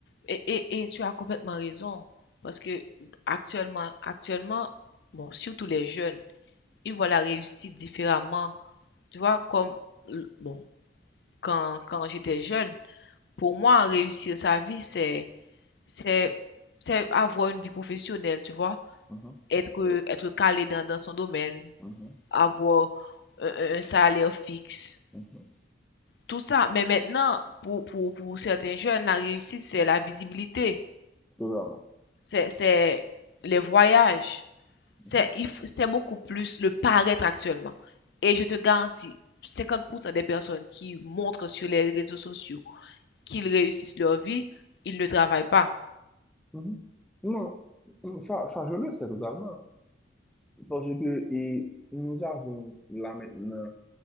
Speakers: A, on the left (about 65°); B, in the centre.
A: Et, et, et tu as complètement raison, parce que actuellement, actuellement, bon, surtout les jeunes, ils voient la réussite différemment. Tu vois, comme, l- bon, quand, quand j'étais jeune, pour moi, réussir sa vie, c'est, c'est, c'est avoir une vie professionnelle, tu vois,
B: Mhm,
A: être, être calé dans, dans son domaine,
B: mhm,
A: avoir un, un- un salaire fixe,
B: mhm.
A: tout ça. Mais maintenant, pour, pour, pour certains jeunes, la réussite, c'est la visibilité.
B: Totalement.
A: c'est c'est les voyages, c'est
B: Mhm,
A: il f- c'est beaucoup plus le paraître actuellement. Et je te garantis, 50% des personnes qui montrent sur les réseaux sociaux qu'ils réussissent leur vie, ils ne travaillent pas.
B: mhm. Non, mm, ça, ça, je le sais totalement. Parce que et nous avons là maintenant